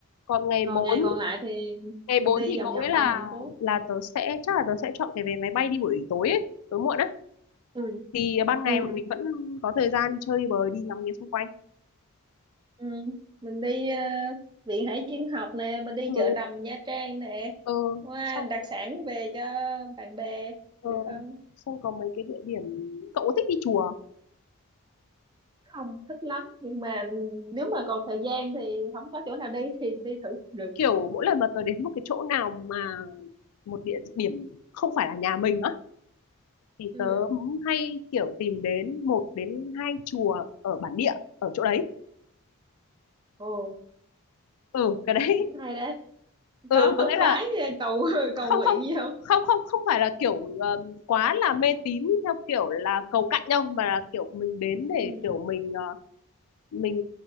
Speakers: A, on the left; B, on the right.
A: còn ngày
B: còn
A: bốn
B: ngày còn lại thì
A: ngày 4
B: mình đi
A: thì
B: vòng
A: có
B: vòng
A: nghĩa là
B: trong thành phố
A: là tớ sẽ chắc là tớ sẽ chọn cái vé máy bay đi buổi tối ấy, tối muộn á
B: ừ.
A: thì ban ngày
B: Ừ.
A: bọn mình vẫn có thời gian đi chơi đi bời đi ngắm nghía xung quanh
B: Ừ. mình đi ờ, viện hải dương học nè mình đi
A: ừ
B: chợ đầm Nha Trang nè
A: ờ
B: qua
A: xong
B: đặc sản về cho bạn bè
A: ờ
B: người thân
A: xong có mấy cái địa điểm cậu có thích đi chùa
B: không thích lắm nhưng mà nếu mà còn thời gian thì không có chỗ nào đi thì đi thử cũng được
A: kiểu mỗi lần mà tớ đến một cái chỗ nào mà một địa điểm không phải là nhà mình á thì
B: ừ
A: tớ hay kiểu tìm đến một đến hai chùa ở bản địa ở chỗ đấy
B: ồ
A: ừ cái đấy
B: cũng hay đấy
A: ừ
B: có
A: có
B: khấn
A: nghĩa là
B: vái ờ, cầu <laughs>
A: không
B: cầu nguyện
A: không
B: gì không
A: không không không phải là kiểu ờm, quá là mê tín theo kiểu là cầu cạnh đâu mà là kiểu mình đến để
B: ừ
A: kiểu mình ờ, mình